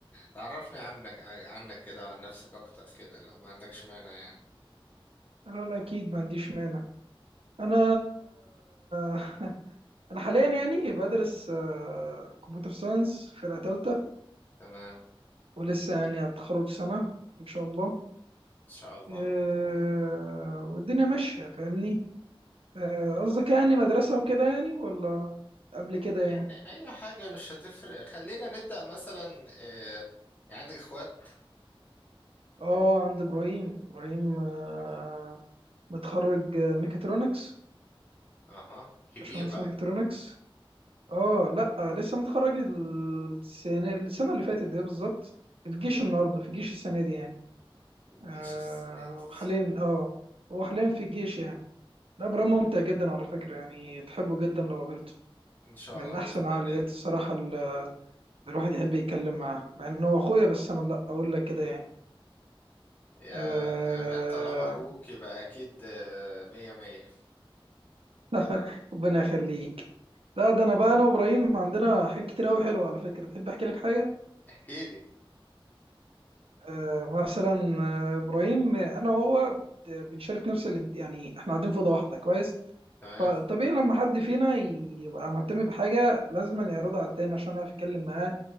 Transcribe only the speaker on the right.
لا لا أكيد ما عنديش مانع أنا <laughs> أنا حاليا يعني بدرس كمبيوتر ساينس فرقة تالتة
ولسه يعني هتخرج سنة إن شاء الله
آه، والدنيا ماشية فاهمني آه، قصدك يعني مدرسة وكده يعني ولا قبل كده
يعني
اه عند ابراهيم ابراهيم آه،
متخرج آه، ميكاترونكس
باشمهندس
ميكاترونكس اه لا آه، لسه متخرج السنة السنة اللي فاتت دي بالظبط في جيش
النهارده في جيش السنة دي يعني
آه
حاليا اه هو حاليا في الجيش يعني ده ابراهيم ممتع
جدا على فكرة يعني تحبه جدا لو قابلته
من
احسن
العقليات
الصراحة اللي الواحد يحب يتكلم معاه مع ان هو اخويا بس انا لا اقول لك كده يعني
آه...
<laughs>
ربنا يخليك لا ده انا بقى انا وابراهيم عندنا حاجات كتير قوي حلوه على فكره تحب احكي لك حاجه
آه مثلا آه، ابراهيم آه، انا وهو بنشارك نفس الانت... يعني احنا قاعدين في اوضه واحده كويس
فطبيعي لما حد فينا يبقى مهتم بحاجه لازم يعرضها على التاني عشان اعرف اتكلم معاه